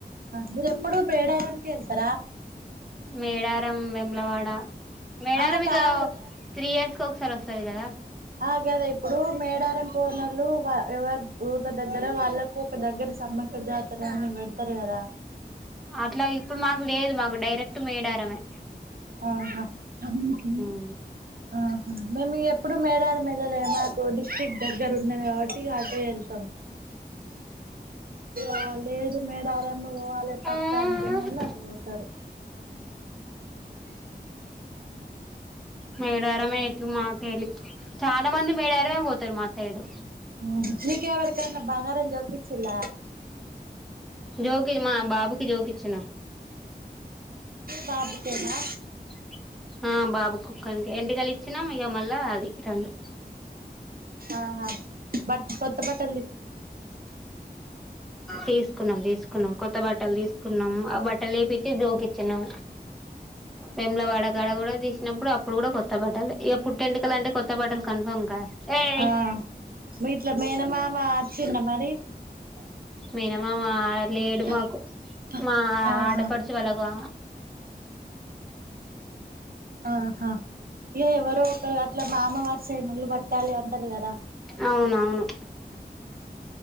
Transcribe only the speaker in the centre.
మేడార వేములవాడ మేడారం
ఇక
త్రీ ఇయర్స్ కు ఒకసారి వస్తది కదా
అట్లా ఇప్పుడు మాకు లేదు మాకు డైరెక్ట్ మేడారమే
ఉహు
ఉహు
మేడారం ఎట్లు మాకెల్లి చాలా మంది మేడారమే పోతారు మా సై ఏడు
జోకి మా బాబుకి జోకి ఇచ్చినాం
<unintelligible> ఆ బాబు కొక్కనికె ఎంటికలు ఇచ్చినమ్ ఇక మళ్ళ అది రెండు
తీసుకున్నం తీసుకున్నం కొత్త బట్టలు తీసుకున్నాం ఆ బట్టలు వేపిచ్చి జోకిచ్చినం వేములవాడ కాడ కూడా తీసినప్పుడు అప్పుడు కూడా కొత్త బట్టలే ఇగ పుట్టు ఎంటికలు అంటే కొత్త బట్టలు కన్ఫామ్ కదా ఏయ్
మేనమామ లేడు
మాకు
మా
ఆడపడుచు వాళ్ల గా
అవునవును